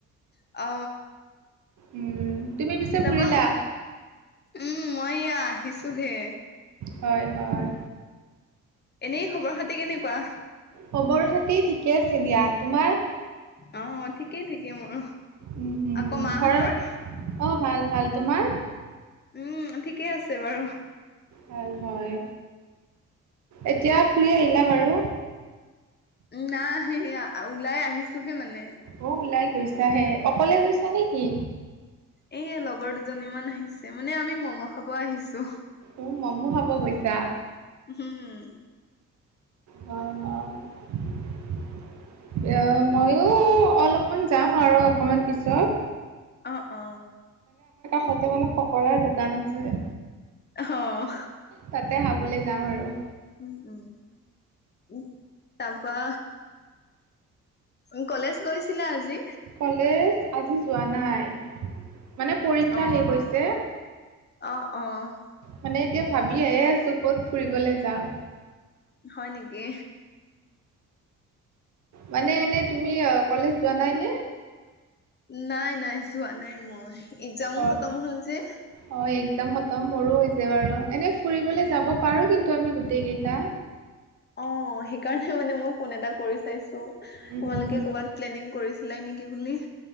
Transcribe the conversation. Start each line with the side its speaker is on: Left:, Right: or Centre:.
Left: অ
Right: উম তুমি পিছে
Left: তাৰপা
Right: ফুৰিলা
Left: উম মই এয়া আহিছোহে
Right: হয় হয়
Left: এনেই খবৰ খাতি কেনেকুৱা
Right: খবৰ খাতি ঠিকে আছে দিয়া তোমাৰ
Left: অ ঠিকেই ঠিকেই মোৰ
Right: উম উম
Left: আকৌ মাহঁতৰ
Right: ঘৰত অ ভাল ভাল তোমাৰ
Left: উম ঠিকেই আছে বাৰু
Right: ভাল হয় এতিয়া ফুৰি আহিলা বাৰু
Left: নাই সেই ওলাই আহিছোহে মানে
Right: অ ওলাই গৈছাহে অকলে গৈছা নে কি
Left: এ লগৰ দুজনীমান আহিছে মানে আমি মম' খাব আহিছো
Right: উ মমো হাব গৈছা
Left: হম
Right: বনৰ এ ময়ো অলপমান যাম আৰু অকমান পিছত
Left: অ অ
Right: তিতে মানে পকাৰ দোকান আছে
Left: অ
Right: তাতে খাবলৈ যাম আৰু
Left: উম উম উ তাপা উ কলেজ গৈছিলা আজি
Right: কলেজ আজি যোৱা নাই মানে পৰীক্ষা
Left: অ
Right: শেষ হৈছে
Left: অ অ
Right: মানে এতিয়া ভাবি চু ক'ত ফুৰিবলৈ যাওঁ
Left: হয় নেকি
Right: মানে এনেই তুমি কলেজ যোৱা নাই নে
Left: নাই, নাই, যোৱা নাই মই। এক্জামো
Right: অ
Left: খতম হ'ল যে।
Right: অ এক্জাম খতম মোৰো হৈছে বাৰু এনেই ফুৰিবলৈ যাব পাৰো কিন্তু আমি গোটেই কেইটা।
Left: অ', সেইকাৰণে মানে মই ফোন এটা কৰি চাইছো। তোমালোকে
Right: উম উম
Left: কৰবাত প্লেনিং কৰি লাই নেকি বুলি।